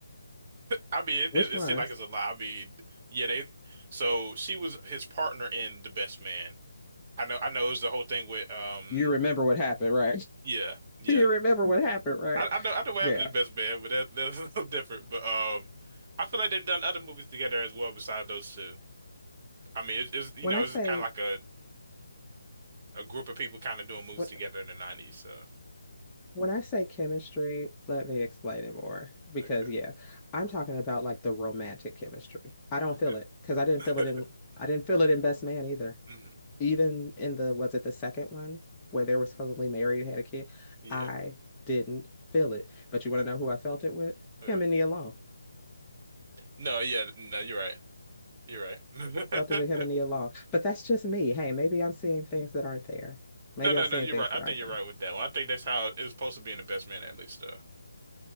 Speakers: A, on the right; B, on the left.
A: I mean, it,
B: Which
A: it, it
B: ones?
A: seemed like it's a lot. I mean, yeah, they. So she was his partner in The Best Man. I know, I know, it was the whole thing with um,
B: You remember what happened, right? <laughs>
A: yeah, yeah.
B: You remember what happened, right?
A: I, I know, I know what
B: Yeah.
A: happened in The Best Man, but that, that's <laughs> a little different. But um, I feel like they've done other movies together as well besides those two. I mean, it's, it's you
B: When
A: know,
B: I
A: it's
B: say
A: kind of like a a group of people kind of doing moves
B: what
A: together in the 90s. So,
B: when I say chemistry, let me explain it more because
A: okay,
B: yeah, I'm talking about like the romantic chemistry. I don't
A: okay.
B: feel it because I didn't feel it in
A: <laughs>
B: I didn't feel it in Best Man either.
A: Mhm.
B: Even in the was it the second one where they were supposedly married, had a kid,
A: Yeah.
B: I didn't feel it. But you
A: Okay.
B: want to know who I felt it with?
A: Uh,
B: Him and Nia Long.
A: no, yeah, no, you're right. You're right.
B: felt it with
A: <laughs>
B: him and Nia Long. But that's just me. Hey, maybe I'm seeing things that aren't there. Maybe
A: No, no,
B: I'm seeing
A: no, you're
B: things
A: right. I
B: that
A: think
B: aren't
A: you're
B: there.
A: right with that one. I think that's how it was supposed to be in The Best Man at least, though.